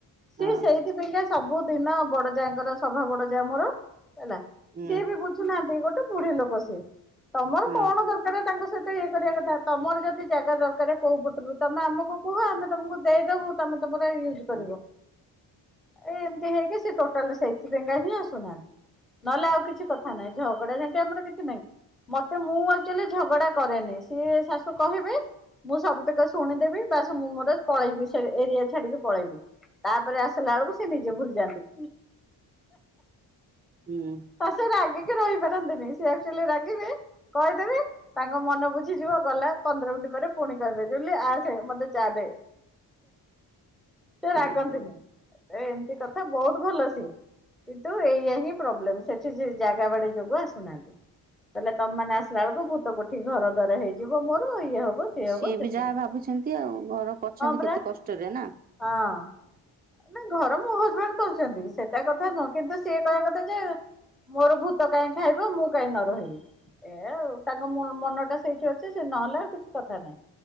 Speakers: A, in the centre; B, on the right (about 20°).
A: ସିଏ
B: ହଁ
A: ସେଇଥିପାଇଁକା ସବୁ ଦିନ ବଡ ଯାଆଙ୍କର ସଭା ବଡ ଯା ମୋର ହେଲା।
B: ହୁଁ
A: ସିଏ ବି ବୁଝୁନାହାନ୍ତି ଗୋଟେ ବୁଢୀ ଲୋକ ସିଏ ତମର
B: ହଁ
A: କଣ ଦର କାର ତାଙ୍କ ସହିତ ଇଏ କରିବା କଥା ତମର ଯଦି ଜାଗା ଦରକାର କୋଉ ପଟରୁ ତମେ ଆମକୁ କୁହ ଆମେ ତମକୁ ଦେଇଦବୁ ତମେ ତମର ୟୁଜ କରିବ।
B: ହଁ
A: ଏଇ ଏମିତି ହେଇକି ସେ ଟୋଟାଲରେ ସେଇଥିପାଇଁ କା ହିଁ ଆସୁନାହାନ୍ତି। ନହେଲେ ଆଉ କିଛି କଥା ନାହିଁ ଝଗଡା ଝାଣ୍ଟି ଆମର କିଛି ନାହିଁ। ମତେ ମୁଁ ଆକ୍ଚୁଆଲି ଝଗଡା କରେନେଇ ସିଏ ଶାଶୁ କହିବେ ମୁଁ ସବୁ ତକ ଶୁଣିଦେବି ବାସ୍ ମୁଁ ମୋର ପଳେଇବି ସେ ଏରିଆ ଛାଡିକି ପଳେଇବି। ତାପରେ ଆସିଲା ବେଳକୁ ସେ ନିଜେ ଭୁଲି ଯାନ୍ତି।
B: ହୁଁ।
A: ଅ ସେ ରାଗିକି ରହିପାରନ୍ତିନି ସେ ଆକ୍ଚୁଆଲି ରାଗିବେ କହିଦେବି ତାଙ୍କ ମନ ବୁଝିଯିବ ଗଲା ପନ୍ଦର ମିନିଟ୍ ପରେ ପୁଣି କହିବେ ଜୁଲି ଆସେ ମତେ ଚା ଦେ। ସେ ରାଗନ୍ତିନି
B: ଓହୋ
A: ଏ ଏମିତି କଥା ବହୁତ ଭଲ ସିଏ। କିନ୍ତୁ ଏଇଆା ହିଁ ପ୍ରୋବ୍ଲେମ ସେଠି ସେ ଜାଗା ବାଡି ଯୋଗୁ ଆସୁନାହାନ୍ତି। କହିଲେ ତମେ ମାନେ ଆସିଲା ବେଳକୁ ଭୂତ କୋଠି ଘର ଦ୍ଵାର ହେଇଯିବ ମୋର ଇଏ ହବ
B: ସିଏ
A: ହବ ସେଥିପାଇଁ
B: ବି ଯାହା ଭାବୁଛନ୍ତି ଆଉ ଘର କଛନ୍ତି
A: ହଁ ପରା
B: କେତେ କଷ୍ଟରେ ନା।
A: ହଁ ନା ଘର ମୋ ହଜବେଣ୍ଡ କରଚନ୍ତି ସେଟା କଥା ନୁହଁ କିନ୍ତୁ ସିଏ କହିବା କଥା ଯେ ମୋର ଭୂତ କାହିଁ ଖାଇବ ମୁଁ କାହିଁ ନ ରହିବି ଏଇଆ ଆଉ ତାଙ୍କ ମ ମନ ଟା ସେଇଠି ଅଛି ସେ ନହେଲେ ଆଉ କିଛି କଥା ନାହିଁ।